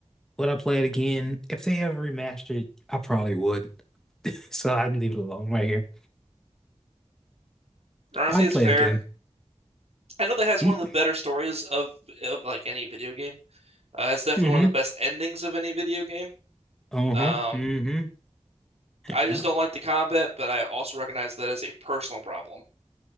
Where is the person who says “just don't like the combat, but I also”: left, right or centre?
Right